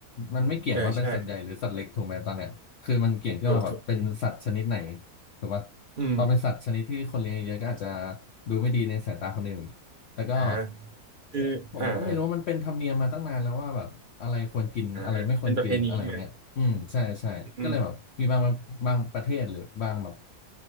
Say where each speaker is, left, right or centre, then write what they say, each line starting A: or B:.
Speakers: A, on the left (about 65°); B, on the right (about 40°).
A: มันไม่เกี่ยงว่าเป็นสัตว์ใหญ่หรือสัตว์เล็กถูกไหมตอนเนี้ยคือมันเกี่ยงที่ว่าแบบเป็นสัตว์ชนิดไหน
B: เออใช่ ถูกถูกถูก
A: ถูกปะ
B: อืม
A: พอเป็นสัตว์ชนิดที่คนเลี้ยงเยอะก็อาจจะดูไม่ดีในสายตาคนอื่นแต่ก็
B: อ่าคืออ่าอ่า
A: ผมก็ไม่รู้ว่ามันเป็นธรรมเนียมมาตั้งนานแล้วว่าแบบอะไรควรกินอะไรไม่ควรกินอะไรเงี้ยอืมใช่ใช่ก็เลยแบบมีบางบางประเทศหรือบางแบบ
B: อ่าเป็นประเพณีใช่ไหม อืม